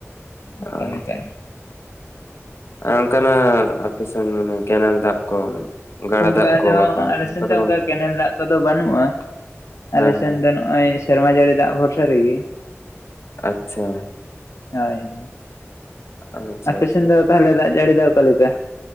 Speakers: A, on the left; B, on the left.
A: ᱠᱟᱹᱢᱤ
B: ᱟᱪᱪᱷᱟ
A: ᱠᱟᱡ
B: ᱟᱨ ᱚᱱᱠᱟᱱᱟᱜ ᱟᱯᱮᱥᱮᱱ ᱢᱟᱱᱮ ᱠᱮᱱᱮᱞ ᱫᱟᱜ ᱠᱚ ᱜᱟᱰᱟ
A: ᱚᱝᱠᱟ
B: ᱫᱟᱜ ᱠᱚ
A: ᱫᱚ
B: ᱵᱟᱠᱷᱟᱱ
A: ᱟᱞᱮᱥᱮᱱ
B: ᱚᱱᱠᱟ
A: ᱫᱚ
B: ᱵᱟᱝ
A: ᱚᱝᱠᱟ ᱠᱮᱱᱮᱞ ᱫᱟᱜ ᱠᱚᱫᱚ ᱵᱟᱹᱱᱩᱜᱼᱟ,
B: ᱦᱮᱸ
A: ᱟᱞᱮᱥᱮᱱ
B: ᱦᱮᱸ
A: ᱫᱚ ᱱᱚᱜ ᱚᱭ ᱥᱮᱨᱢᱟ ᱡᱟᱹᱲᱤ ᱫᱟᱜ ᱵᱷᱚᱨᱥᱟ ᱨᱮᱜᱮ ᱾
B: ᱟᱪᱪᱷᱟ ᱾
A: ᱦᱳᱭ, ᱦᱳᱭ,
B: ᱟᱪᱪᱷᱟ
A: ᱟᱯᱮ
B: ᱟᱪᱪᱷᱟ
A: ᱥᱮᱱ ᱫᱚ ᱛᱟᱦᱚᱞᱮ ᱫᱟᱜ ᱡᱟᱹᱲᱤ ᱫᱚ ᱚᱠᱟ ᱞᱮᱠᱟ?